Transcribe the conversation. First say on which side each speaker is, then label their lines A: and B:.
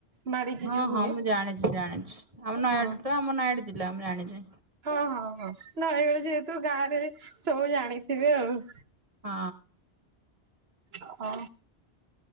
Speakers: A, on the right; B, on the right.
A: ମାଡିକି
B: ହଁ
A: ଯୋଉ ହୁଏ
B: ହଁ ମୁଁ ଜାଣିଛି ଜାଣିଛି ଆମ ନୟାଗଡ଼
A: ହଁ।
B: ତ ଆମ ନୟାଗଡ଼ ଜିଲ୍ଲା ମୁଁ ଜାଣିଚି।
A: ହଁ, ହଁ, ହଁ ନାଇ ଏ ଯେହେତୁ ଗାଁ ରେ ସବୁ ଜାଣିଥିବେ ଆଉ।।
B: ହଁ।
A: ହଁ